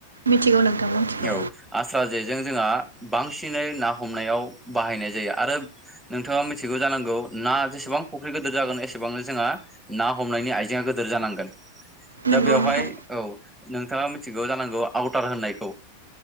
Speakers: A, on the right; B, in the centre.
A: मिथिगौ नोंथां मिथिगौ
B: औ। <unintelligible> जेजों जोंहा बांसिनै ना हमनायाव बाहायनाय जायो आरो नोंथाङा मिथिगौ जानांगौ ना जेसेबां फुख्रि गोदोर जागोन एसेबांनो जोंहा ना हमनायनि आइजेंआ गोदोर जानांगोन। दा
A: नंगौ
B: बेवहाय
A: नोंथां
B: औ। नोंथाङा मिथिगौ जानांगौ आउटार होननायखौ।